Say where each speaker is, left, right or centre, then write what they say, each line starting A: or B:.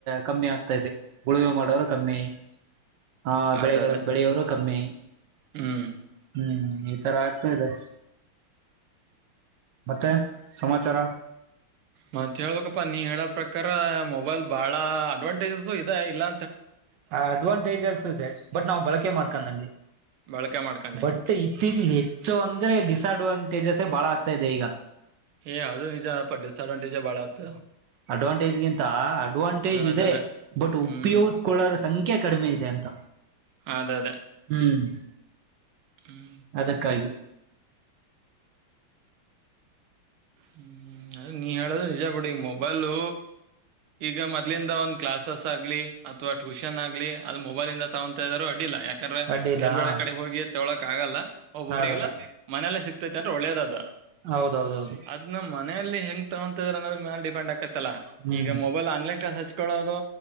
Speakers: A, on the right; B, on the right.
A: ಕಮ್ಮಿ ಆಗ್ತಾ ಇದೆ ಉಳಿವೆ ಮಾಡೋರು ಕಮ್ಮಿ ಹಾ
B: ಅದ
A: ಬೆಳೆಗಳ
B: ಅದ
A: ಬೆಳೆಯೋರು ಕಮ್ಮಿ
B: ಹ್ಮ್
A: ಹ್ಮ್ ಈ ತರ ಆಗ್ತಾ ಇದೆ ಮತ್ತೆ ಸಮಾಚಾರ
B: ಮತ್ ಹೇಳ್ಬೇಕಪ್ಪಾ ನೀ ಹೇಳ ಪ್ರಕಾರ ಮೊಬೈಲ್ ಬಾಳ ಅಡ್ವಾಂಟೇಜಸ್ ಇದೆ ಇಲ್ಲಾ
A: ಅಡ್ವಾಂಟೇಜಸ್ ಇದೆ ಬಟ್ ನಾ್ ಬಳಕೆ ಮಾಡ್ವಿ ನಗೆ
B: ಬಳಕೆ ಮಾಡ್ಕೊಂಡಂಗೆ
A: ಬಟ್ ಇತ್ತೀಚಗೆ ಹೆಚ್ಚು ಅಂದ್ರೆ ಡಿಸ್ಅಡ್ವಾಂಟೇಜಸ್ ಬಳಾ ಆಗ್ತಿದೆ
B: ಹೇ ಹೌದು ನಿಜ ಸಅಡ್ವಾಂಟಜೆ ಬಾಳಾಗತ
A: ಅಡ್ವಾಂಟೇಜ್ಗಿಂತ ಅಡ್ವಾಂಟೇಜ್
B: ಅದ
A: ಇದೆ
B: ಅದ
A: ಬಟ್
B: ಹ್ಮ್
A: ಉಪಯೋಗಕ ಸಂಖ್ಯೆ ಕಡಿಮೆ ಇದೆ ಅಂತ
B: ಅದ ಅದ
A: ಹ್ಮ್
B: ಹ್ಮ್
A: ಅದಕ್ಕಾಗಿ
B: ಹ್ಮ್ ಅದ ನೀ ಹೇಳದು ನಿಜ ಬಿಡಿ ಈ ಮೊಬೈಲು ಈಗ ಮೊದ್ಲಿಂದ ಒಂದ್ ಕ್ಲಾಸ್ ಸ್ ಆಗ್ಲಿ ಅಥವಾ ಟ್ಯೂಷನ್ ಆಗ್ಲಿ ಅದು ಮೊಬೈಲ್ಂದ ತಗೊಂತ ಇದ್ರು ಅಡಿಲ್ಲ ಯಾಕೆ ಯಾಕಂದ್ರೆ
A: ಅಡ್ಡಿಲ್ಲ
B: ಬೇರ್ ಬೇರೆ
A: ಹಾ
B: ಕಡೆ ಹೋಗಿ ತೊಳೋಕ್ ಆಗಲ್ಲ ಒಬ್ಬೊಬ್ರಿಗೆಲ್ಲ
A: ಆಗಲ್ಲ
B: ಮನೇಲ್ಲೇ ಸಿಕ್ತೈತಿ ಅಂದ್ರೆ ಒಳ್ಳೇದ ಅದು
A: ಹೌದೌದೌದು
B: ಅದ್ ಮನೇಯಲ್ಲಿ ಹೆಂಗ್ ತಗೊತಿದ್ರ ಅನ್ನದ್ರ ಮೇಾಲ ಡಿಪೆಂಡ್ ಆಕತ್ತಲ್ಲ
A: ಹ್ಮ್
B: ಈಗ ಮೊಬೈಲ್ ಆನ್ಲೈನ್ ಕ್ಲಸ್ ಹಚ್ಚ ಕೊಳ್ಳೋದು